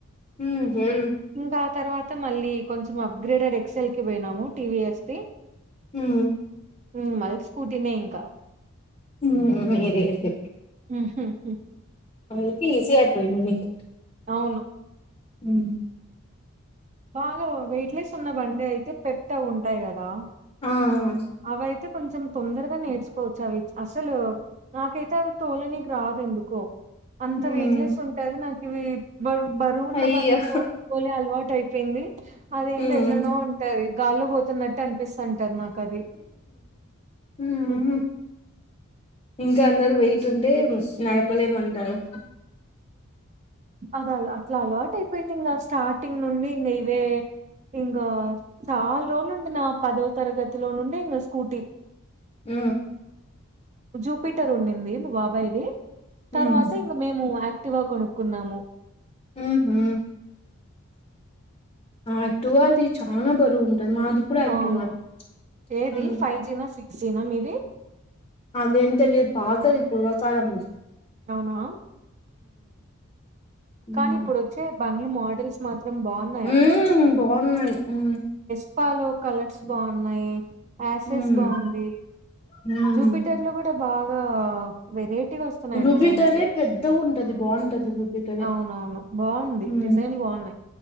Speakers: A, on the left; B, on the right.
A: హుమ్మ్ హెమ్
B: ఇంకా ఆ తర్వాత మళ్ళీ కొంచెం అప్గ్రేడెడ్ ఎక్సల్ కి పోయినాము టీవీఎస్ ది.
A: హుమ్మ్
B: ఉమ్ మళ్ స్కూటీనే ఇంకా
A: ఉమ్ <unintelligible> ఇదే అయితే
B: హుహుహు.
A: అందుకే ఈజీ అయిపోయింది మీకు.
B: అవును
A: ఉమ్
B: బాగా వెయిట్లేెస్ ఉన్నా బండి అయితే పెద్దగా ఉంటాయి గదా.
A: ఆ ఆ
B: అవైతే కొంచెం తొందరగా నేర్చుకోవచ్చు, అవి అసలు నాకైతే అవి తోలనీక్ రాదు ఎందుకో, అంత
A: ఉమ్
B: వెయిట్లెస్ ఉంటే అది నాక్ ఇవి బర్ బరువు వున్న
A: అయ్యో
B: బండ్లు తో తోలే అలవాటు అయిపోయింది. అదేందో
A: ఉమ్
B: ఎట్లనో ఉంటది, గాల్లో పోతున్నట్టు అనిపిస్తుంటది నాక్ అది.
A: ఉమ్
B: ఉహు
A: ఇంకా అందరు వెయిట్ ఉంటే నడపలేమంటారు
B: అద అలా అట్లా అలవాట్ అయిపోయింది ఇంగా, స్టార్టింగ్ నుండి ఇంగా ఇవే ఇంగా చాలా రోజులు ఉండిన, నా పదవ తరగతిలో నుండి ఇంగా స్కూటీ.
A: ఉ.
B: జూపిటర్ ఉండింది మా బాబాయ్ది తర్వాత
A: ఉమ్
B: ఇంక మేము యాక్టివ్ గా కొనుక్కున్నాము.
A: మ్మ్ హు ఆ అటు అది చాల బరువు ఉంటది మాది కూడా యాక్టివానే
B: అవును ఏది
A: ఉమ్
B: ఫైవ్ జీనా సిక్స్ జనా మీది.
A: అదేం తెలియదు పాతది పూర్వకాలం
B: అవునా కానీ
A: ఉమ్
B: ఇప్పుడొద్. చే బండ్లు మోడల్స్ మాత్రం బాగు
A: ఉ బాగున్నాయి ఉ.
B: ప్పాలో కలర్స్ బాగున్నాయి యాసెస్
A: హ్మ్
B: బాగుంది
A: హ్మ్
B: జూపిటర్ లో కూడా. ఎంత బాగా వెరైటీగ వస్. యి
A: జూపిటరే
B: డిజైన్లు
A: పెద్దగుంటది బాగుంటది జూపిటరే
B: అవునవును బాగుంది
A: హ్మ్
B: డిజైన్లు బాగున్నాయి.